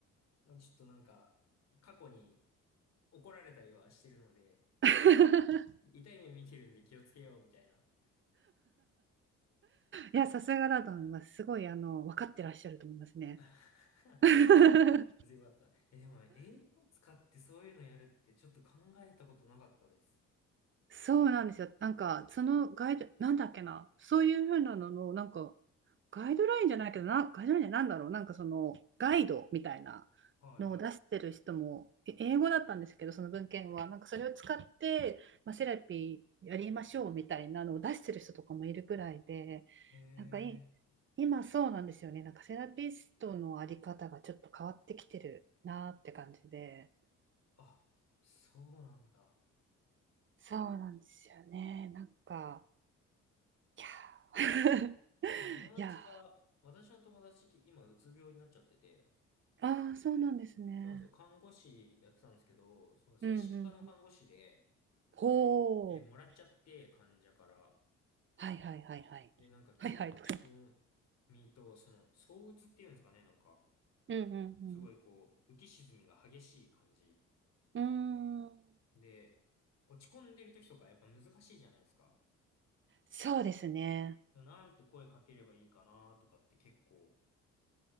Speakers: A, on the left; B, on the right.
A: まあ、ちょっとなんか、過去に怒られたりはしてるので、
B: <laughs>
A: 痛い目見てるんで気をつけよう、みたいな。
B: いや、さすがだと思います。すごいあの分かってらっしゃると思いますね。
A: <laughs>
B: <laughs>
A: 全部あった。え、でも、英語を使ってそういうのやるってちょっと考えたことなかったです。
B: そうなんですよ。なんかそのガイド、なんだっけな、そういうふうなのの、なんかガイドラインじゃないけどな、ガイドラインじゃなんだろう、なんかそのガイドみたいな
A: はいは
B: のを出してる人も、英語だったんですけど、その文献は、なんかそれを使って、まあ、セラピーやりましょうみたいなのを出してる人とかもいるくらいで、
A: い。へ
B: なんかい
A: え。
B: 今そうなんですよね、なんかセラピストのあり方がちょっと変わってきてるなって感じで、
A: あ、そうなんだ。
B: そうなんですよね、なんか、いや、<laughs>
A: 今友達が、
B: いや
A: 私の友達、今うつ病になっちゃってて、
B: あーそうなんですね。
A: そうなんですよ。看護師やってたんですけど、その精神科の看護師で、
B: うんうんうん。ほう。
A: で、もらっちゃって、患者から。
B: はいはいはいはい。
A: で、なんか結構落ち込みと、
B: はいはいとか。
A: その、躁鬱っていうんですかね、なんか、
B: うんうん
A: すごいこう、浮き沈みが激しい感じ。
B: うん。うーん。
A: で、落ち込んでる時とかやっぱ難しいじゃないですか。
B: そうですね。
A: なんて声かければいいかなとかって結構